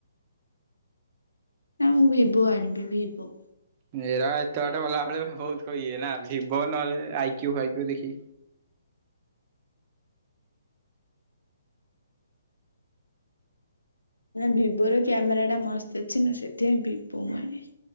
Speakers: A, on the left; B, on the right.
A: ନା ମୁଁ ଭିବୋ ଆଣିବି ଭିିବୋ।
B: ନେରା ଏତେ ବାଟ ଗଲା ବେଳେ ଭୋହୁତୁ ଇଏ ନା ଭିବୋ ନହେଲେ ଆଇକ୍ୟୁ ଫାଇକ୍ୟୁ ଦେଖିକି।
A: ନା ଭିବୋ ର କ୍ୟାମେରା ଟା ମସ୍ତ ଅଛି ନା ସେଥିପାଇଁ ଭିବୋ ମୁଁ ଆଣିବି।